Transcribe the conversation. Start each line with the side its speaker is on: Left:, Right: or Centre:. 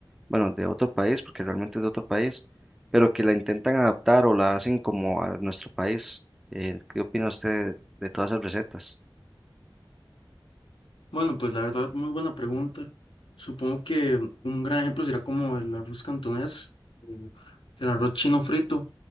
Centre: bueno, de otro país, porque realmente es de otro país, pero que la intentan adaptar o la hacen como a nuestro país. Eh, ¿qué opina usted de todas esas recetas?
Left: Bueno, pues la verdad, muy buena pregunta. Supongo que un gran ejemplo será como el arroz cantonés, el el arroz chino frito,